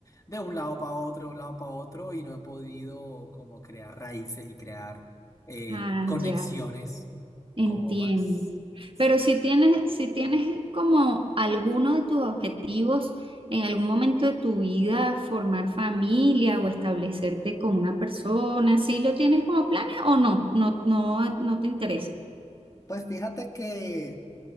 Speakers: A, on the left (about 25°); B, on the right (about 45°).
A: de un lado para otro, de un lado para otro y no he podido como crear raíces y crear eh,
B: Ah,
A: conexiones
B: ya. Entiendo.
A: como más, sí.
B: Pero si tienes, si tienes como alguno de tus objetivos en algún momento de tu vida, formar familia o establecerte con una persona, ¿sí lo tienes como planes o no? No, no, no te interesa.
A: Pues fíjate que